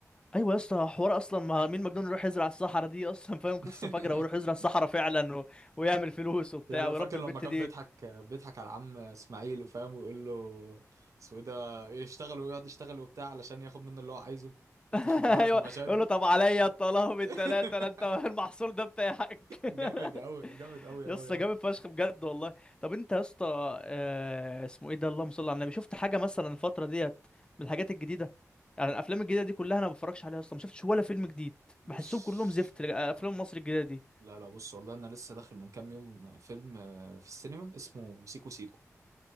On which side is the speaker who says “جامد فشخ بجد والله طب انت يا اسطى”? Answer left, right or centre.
Left